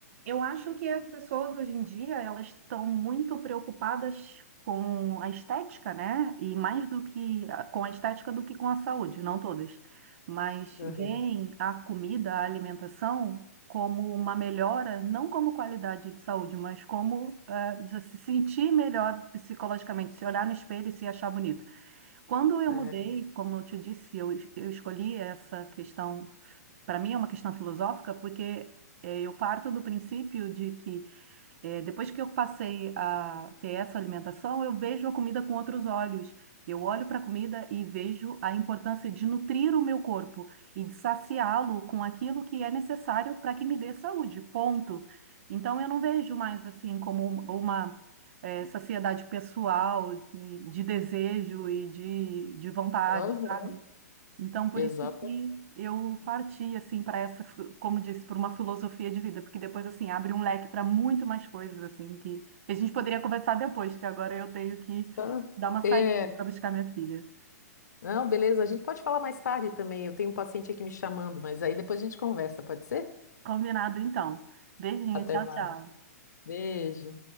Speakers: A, on the right; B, on the left.
A: Eu acho que as pessoas hoje em dia elas estão muito preocupadas com a estética, né? E mais do que ah, com a estética do que com a saúde, não todas, mas
B: Uhum.
A: veem a comida, a alimentação como uma melhora, não como qualidade de saúde, mas como eh, se sentir melhor psicologicamente, se olhar no espelho e se achar bonito. Quando eu
B: É.
A: mudei, como eu te disse, eu, eu escolhi essa questão, para mim é uma questão filosófica, porque eh, eu parto do princípio de que é, depois que eu passei a ter essa alimentação, eu vejo a comida com outros olhos. Eu olho para a comida e vejo a importância de nutrir o meu corpo e de saciá-lo com aquilo que é necessário para que me dê saúde, ponto. Então eu não vejo mais assim como uma é, saciedade pessoal, e de desejo e de, de vontade,
B: Aham.
A: sabe? Então, por
B: Exato.
A: isso que eu parti assim para essa, fi- como disse, para uma filosofia de vida, porque depois assim abre um leque para muito mais coisas assim que a gente poderia conversar depois, que agora eu tenho que
B: Tá.
A: dar uma saída
B: É.
A: para buscar minha filha.
B: Não, beleza, a gente pode falar mais tarde também. Eu tenho um paciente aqui me chamando, mas aí depois a gente conversa, pode ser?
A: Combinado então. Beijinho,
B: Até
A: tchau,
B: mais.
A: tchau.
B: Beijo.